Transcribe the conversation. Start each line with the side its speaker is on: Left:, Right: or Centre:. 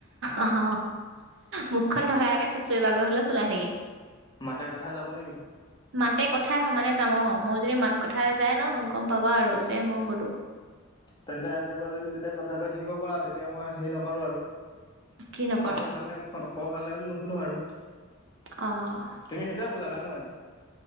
Right: অহ। মুখখন থকা একে চুচৰি বাগৰি হলেও চলাই থাকিম।
Left: মাতে কথা যাব নে কিনো
Right: মাতে কথাই সমানে যাম। অ মই যদি মাত কথা যাই ন গম পাবা আৰু যে মই গলো
Left: তেন্তে আজিৰ পৰা যদি যেতিয়া কথা কৈ থাকিব পাৰা, তেতিয়া মই হেৰি নকৰো আৰু।
Right: কি নকৰা
Left: খবৰ ভাল নে খবৰ ভাল নে বুলি নুশুনো আৰু। তুমি
Right: অ'
Left: সেইটোয়ে বুজালা ন এতিয়া।